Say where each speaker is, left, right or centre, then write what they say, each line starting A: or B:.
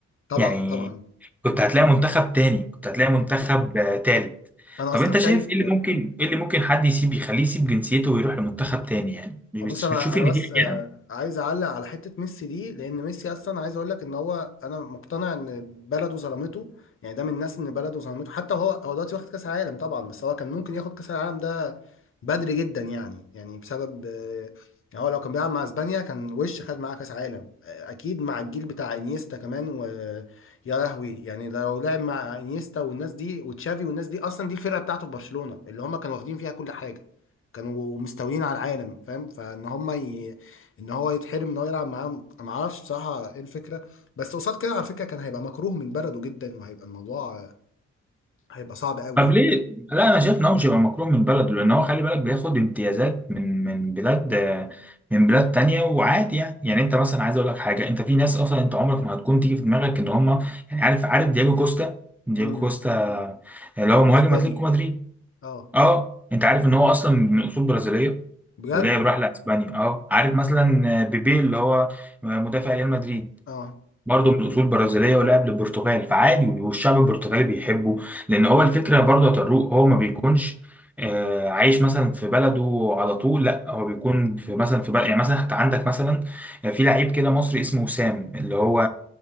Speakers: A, on the left; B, in the centre.
A: طبعا
B: يعني
A: طبعا
B: كنت هتلاقي منتخب تاني كنت هتلاقي منتخب آه، تالت
A: انا
B: طب
A: اصلا
B: انت
A: شايف
B: شايف ايه اللي ممكن ايه اللي ممكن حد يسيب يخليه يسيب جنسيته ويروح لمنتخب تاني يعني مش
A: بص انا
B: بتشوف
A: انا
B: ان
A: بس
B: دي
A: آه،
B: خيانه
A: عايز اعلق على حته ميسي دي لان ميسي اصلا عايز اقول لك ان هو انا مقتنع ان بلده ظلمته يعني ده من الناس ان بلده ظلمته حتى هو هو دلوقتي واخد كاس عالم طبعا بس هو كان ممكن ياخد كاس العالم ده بدري جدا يعني يعني بسبب آه، يعني هو لو كان بيلعب مع اسبانيا كان وش خد معاه كاس عالم آه، اكيد مع الجيل بتاع انيستا كمان ويا لهوي يعني لو لعب مع انيستا والناس دي وتشافي والناس دي اصلا دي الفرقه بتاعته في برشلونه اللي هم كانوا واخدين فيها كل حاجه كانوا مستولين على العالم فاهم فان هم ي... ان هو يتحرم ان هو يلعب معاهم ما اعرفش بصراحه ايه الفكره بس قصاد كده على فكره كان هيبقى مكروه من بلده جدا وهيبقى الموضوع هيبقى صعب قوي
B: طب
A: يعني
B: ليه؟ لا انا شايف ان هو مش هيبقى مكروه من بلده لان هو خلي بالك بياخد امتيازات من من بلاد من بلاد تانية وعادي يعني يعني انت مثلا عايز اقول لك حاجه انت في ناس اصلا انت عمرك ما هتكون تيجي في دماغك ان هم يعني عارف عارف دياجو كوستا دياجو
A: امم
B: كوستا اللي هو مهاجم
A: تاني
B: اتلتيكو مدريد
A: اه
B: اه انت عارف ان هو اصلا من اصول برازيليه
A: بجد
B: ولعب راح لاسبانيا اه عارف مثلا بيبي اللي هو مدافع ريال مدريد
A: اه
B: برضه من اصول برازيليه ولعب للبرتغال فعادي والشعب البرتغالي بيحبه لان هو الفكره برضه يا طارق هو ما بيكونش آه، عايش مثلا في بلده على طول لا هو بيكون في مثلا في بلد يعني مثلا حتى عندك مثلا آه، في لعيب كده مصري اسمه وسام اللي هو